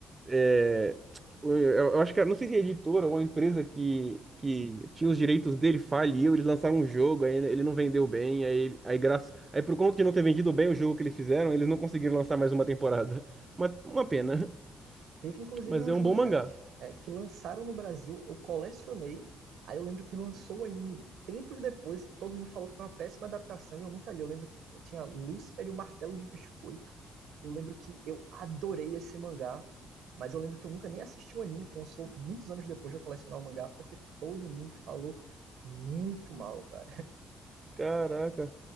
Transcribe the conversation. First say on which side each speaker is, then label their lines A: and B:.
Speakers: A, on the right; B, on the right.
A: é, eu, eu acho que era- não sei se a editora ou a empresa que, que tinha os direitos dele faliu, eles lançaram um jogo, aí ele não vendeu bem, aí, ele- aí, graça, aí por conta de não ter vendido bem o jogo que eles fizeram, eles não conseguiram lançar mais uma temporada. <laughs> Uma, uma pena, <laughs>
B: Teve inclusive
A: mas
B: uns
A: é um
B: mangás
A: bom mangá.
B: é, que lançaram no Brasil, eu colecionei. Aí eu lembro que lançou o anime tempos depois e todo mundo falou que foi uma péssima adaptação e eu nunca li. Eu lembro que tinha Lúcifer e o Martelo de Biscoito. Eu lembro que eu adorei esse mangá, mas eu lembro que eu nunca nem assisti o anime que lançou muitos anos depois de eu colecionar o mangá, porque todo mundo falou muito mal, cara.
A: Caraca.